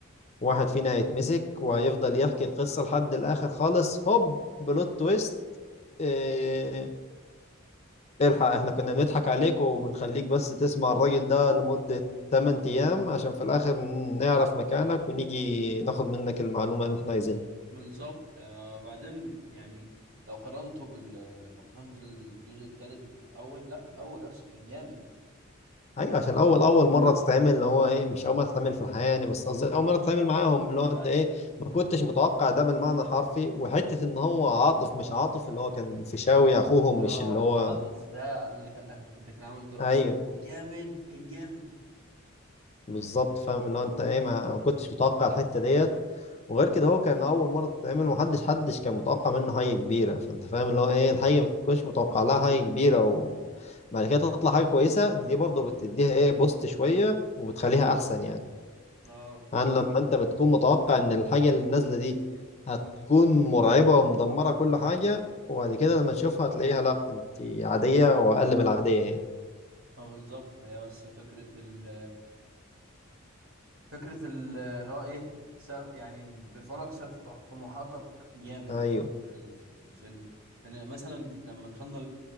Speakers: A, on the left (about 30°); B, on the right (about 85°).
A: واحد فينا هيتمسك وهيفضل يحكي القصة لحد الآخر خالص هوب بلوت تويست إيه الحق احنا كنا بنضحك عليك وبنخليك بس تسمع الراجل ده لمدة 8 أيام عشان في الآخر نعرف مكانك ونيجي ناخد منك المعلومة اللي احنا عايزينها
B: بالظبط آه بعدين يعني لو قارنته بال لو قارنت الجزء الثالث بالاول لا الاول اصلا كان جامد
A: أيوة عشان أول أول مرة تتعمل اللي هو إيه مش أول مرة تتعمل في الحياة يعني بس قصدي أول مرة تتعامل معاهم اللي هو أنت
B: ايوه
A: إيه
B: ايوه
A: ما كنتش متوقع ده بالمعنى الحرفي وحتة إن هو عاطف مش عاطف اللي هو كان الفيشاوي أخوهم
B: اه
A: مش اللي هو
B: العاطف ده اللي كان اللي كان عامل دور عاطف
A: أيوه
B: كان جامد كان جامد
A: بالظبط فاهم اللي هو انت ايه ما ما كنتش متوقع الحته ديت وغير كده هو كان اول مره تتعمل ومحدش حدش كان متوقع منه حاجه كبيره فانت فاهم اللي هو ايه الحاجه ما تكونش متوقع لها حاجه كبيره وبعد كده تطلع حاجه كويسه دي برضه بتديها ايه بوست شويه وبتخليها احسن يعني
B: اه
A: عن لما انت بتكون متوقع ان الحاجه اللي نازله دي هتكون مرعبه ومدمره كل حاجه وبعد كده لما تشوفها هتلاقيها لا انت عاديه واقل من العاديه يعني
B: ما بالظبط هي بس فكره ال فكره ال- اللي هو ايه سقف يعني بيرفعوا لك سقف طموحاتك جامد
A: ايوه
B: في ال- في في الفيلم يعني مثلا لما دخلنا